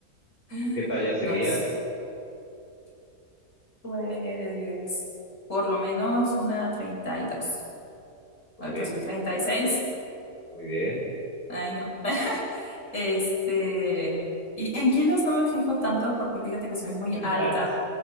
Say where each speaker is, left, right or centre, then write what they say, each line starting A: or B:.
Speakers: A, on the left; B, on the left.
A: <gasps> ay,
B: ¿Qué talla serías?
A: nos, pues, por lo menos una treinta y dos
B: Ok,
A: Ahorita soy treinta y seis
B: muy bien,
A: Ay, no. Este, y en kilos no me fijo tanto porque fíjate que soy muy
B: en
A: alta.
B: tallas.